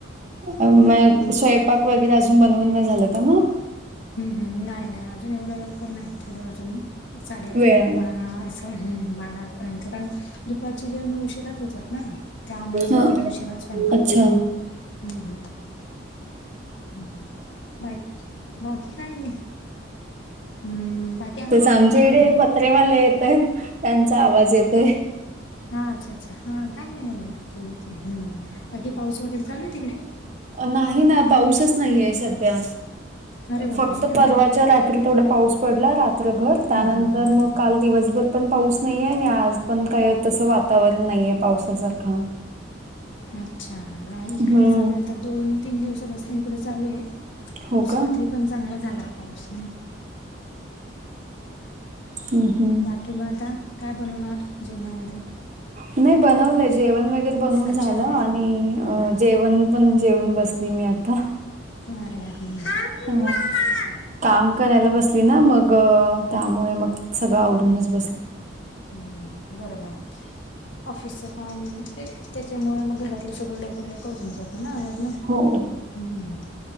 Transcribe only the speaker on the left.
हम्म हम्म नाही नाही अजून एवढा लवकर नाही थोडं अजून साडे अकरा
बारा अस ह मपर्यंत पण. दुपारच्या जेव्हा मग उशशीराच होतात ना त्यामुळे मग
थोडा उशिराच स्वयंपाक
करते. हम्म हम्म बाकी बाकी काय नाही. हम्म बाकी
हा
हा अच्छा अच्छा हा काही नाही एवढं ठीक आहे हम्म बाकी पाऊस वगैरे चालू आहे तिकडे?
अरे बापरे
नाही आम
हम्म हम्म हम्म हम्म.
अच्छा इकडे
चालू आहे आता दोन तीन दिवसापासून इकडे चालू आहे.
पाऊस
रात्री पण चांगला झाला पाऊस
किंवा आता काय बनवून जीवनामध्ये
अच्छा
याला
हार्या ह
हम्म.
हम्म बरोबर. ऑफिसचं काम त्याच्यामुळे मग घरातलं सगळं लवकर लवकर होऊन जातं. ना आवज ना
हम्